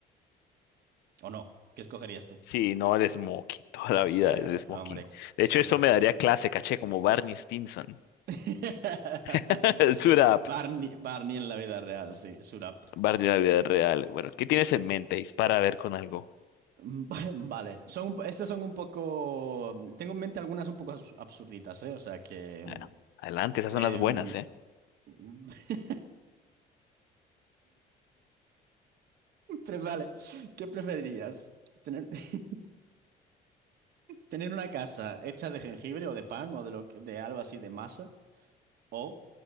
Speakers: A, on the right; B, on the left.
A: ¿O no? ¿Qué escogerías tú?
B: Sí, no, el smoking, toda la vida
A: Ah,
B: el smoking.
A: hombre,
B: De hecho,
A: obvio.
B: eso me daría clase, caché, como Barney Stinson.
A: <laughs>
B: <laughs> Suit up,
A: Barney, Barney en la vida real, sí, Surap.
B: Barney de la vida real. Bueno, ¿qué tienes en mente? Dispara a ver con algo.
A: Va- <laughs> Vale, son, un- estas son un poco. Tengo en mente algunas un poco abs- absurditas, ¿eh? O sea que.
B: Ah, adelante, esas
A: em,
B: son las buenas, ¿eh?
A: <laughs> pre- vale, ¿qué preferirías? ¿Tener, <laughs> tener una casa hecha de jengibre o de pan o de, lo que- de algo así de masa? O